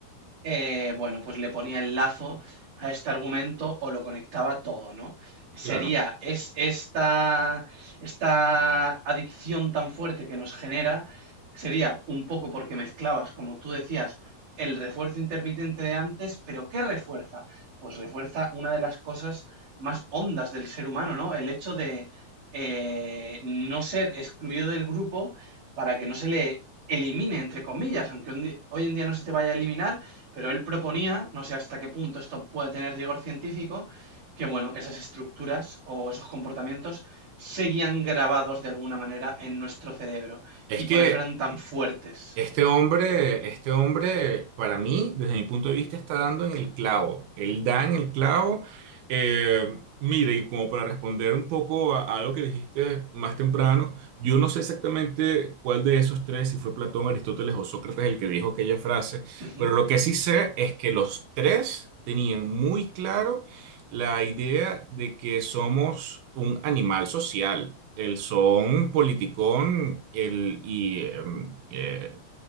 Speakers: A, on the right; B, on the right.
A: eh, bueno, pues le ponía el lazo a este argumento o lo conectaba todo, ¿no? Sería,
B: claro.
A: es esta, esta adicción tan fuerte que nos genera, sería un poco porque mezclabas, como tú decías, el refuerzo intermitente de antes, pero ¿qué refuerza? Pues refuerza una de las cosas más hondas del ser humano, ¿no? El hecho de eh, no ser excluido del grupo para que no se le elimine, entre comillas, aunque hoy en día no se te vaya a eliminar, pero él proponía, no sé hasta qué punto esto puede tener rigor científico, que bueno, esas estructuras o esos comportamientos seguían grabados de alguna manera en nuestro cerebro
B: Es
A: y
B: que
A: por eso eran tan fuertes.
B: Este hombre, este hombre, para mí, desde mi punto de vista, está dando en el clavo. Él da en el clavo. Eh, mire, y como para responder un poco a, a algo que dijiste más temprano, yo no sé exactamente cuál de esos tres, si fue Platón, Aristóteles o Sócrates el que dijo aquella frase,
A: Ujú,
B: pero lo que sí sé es que los tres tenían muy claro la idea de que somos un animal social. El son politicón el, y em, eh,